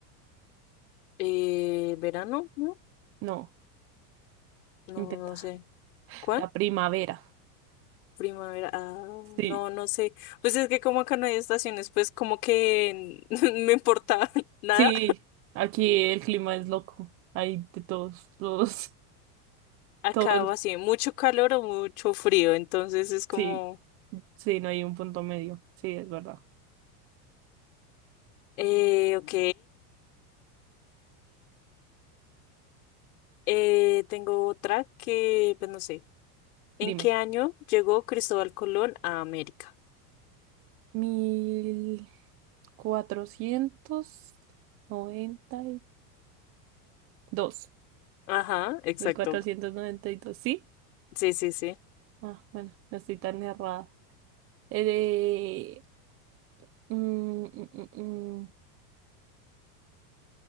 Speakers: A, on the left; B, on the right.
A: Eh, ¿verano? No,
B: No,
A: no,
B: intenta.
A: no sé. ¿Cuál?
B: La primavera.
A: Primavera. Ah, no,
B: Sí.
A: no sé. Pues es que como acá no hay estaciones, pues como que <laughs> me importa <laughs> nada.
B: Sí, aquí el clima es loco. Hay de todos, todos,
A: Acá
B: todos.
A: o así,
B: <laughs>
A: mucho calor o mucho frío, entonces es como...
B: Sí, sí, no hay un punto medio. Sí, es verdad.
A: Eh, ok, Eh, tengo otra que, pues no sé. ¿En
B: Dime.
A: qué año llegó Cristóbal Colón a América?
B: Mil cuatrocientos noventa y dos.
A: Ajá, exacto.
B: Mil cuatrocientos noventa y dos, ¿sí?
A: Sí, sí, sí.
B: Ah, bueno, no estoy tan errada. Eh, mm, mm, mm, mm.